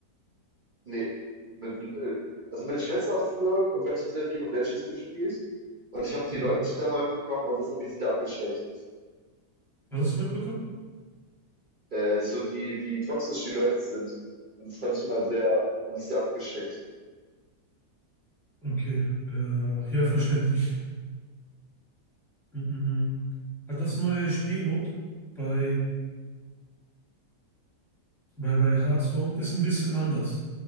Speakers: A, on the right (about 55°); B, in the centre.
A: Nee. Mit, äh, also meine Schwester hat früher Competitive League of Legends gespielt und ich habe
B: Ja.
A: die Leute da mal mitbekommen und das hat mich sehr abgeschreckt.
B: Was hast du mitbekommen?
A: Äh, so die, wie toxisch die Leute sind. Und das fand ich immer sehr, hat mich sehr abgeschreckt.
B: Okay, äh, ja, verständlich. Mm, mm, mm. Hat das neue Spielmod bei, bei, bei Hearthstone ist ein bisschen anders.